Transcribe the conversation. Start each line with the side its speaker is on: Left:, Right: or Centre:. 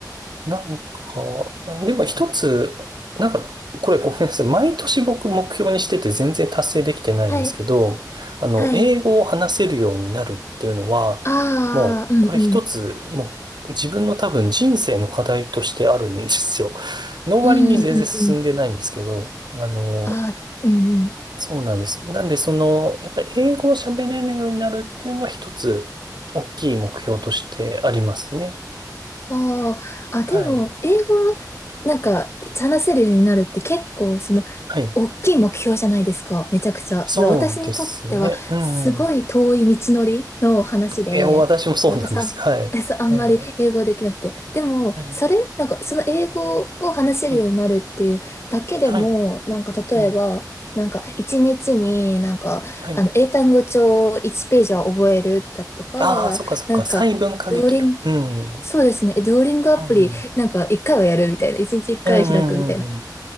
Right: なんか、でも一つ、なんか、これごめんなさい。毎年僕目標にしてて全然達成できてないんですけど、
Left: はい。
Right: あの、
Left: はい。
Right: 英語を話せるようになるっていうのは、
Left: ああ、
Right: もう、
Left: うんうん。
Right: これ一つ、もう、自分の多分人生の課題としてあるんですよ。<laughs> の割に全然進んでないんですけど、
Left: うんうんうんうん。
Right: あの、
Left: ああ、うんうん。
Right: そうなんです。なんで、その、やっぱり英語を喋れるようになるっていうのは一つ、大きい目標としてありますね。
Left: ああ、あ、
Right: はい。
Left: でも、英語、なんか、話せるようになるって結構、その、
Right: はい。
Left: 大きい目標じゃないですか、めちゃくちゃ。
Right: そうですね。
Left: 私にとっては、
Right: うん。
Left: すごい遠い道のりの話で、
Right: いや、私もそうなんですよ。
Left: 私は、
Right: はい。
Left: えそうあんまり英語できなくて。
Right: え
Left: でも、
Right: ー、えー
Left: それ、なんか、その英語を話せるようになるっていうだけでも、
Right: はい。はい。
Left: なんか、例えば、
Right: うん。
Left: なんか、一日になんか、
Right: はい。
Left: あの、英単語帳1ページは覚えるだとか、
Right: ああ、そっかそっか。
Left: なんか、
Right: 細分化できる。
Left: ドーリン
Right: うん。うん。
Left: そうですね。えデュオリングアプリ、
Right: うん。
Left: なんか一回はやるみたいな。一日一回は開くみたいな。
Right: うんうんうんうん。